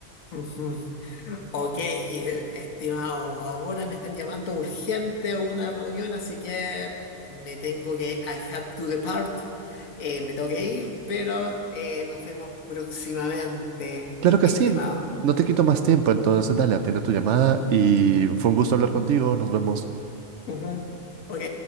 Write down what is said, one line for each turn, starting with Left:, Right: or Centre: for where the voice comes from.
Left: ujú. Ok, eh, estimado, ahora me están llamando urgente a una reunión, así que me tengo que, I have to depart, Eh, me tengo que ir, pero eh, nos vemos próximamente,
Right: Claro
Left: estimado.
Right: que sí, no te quito más tiempo, entonces dale, atiende tu llamada y fue un gusto hablar contigo, nos vemos.
Left: Ujú. Ok.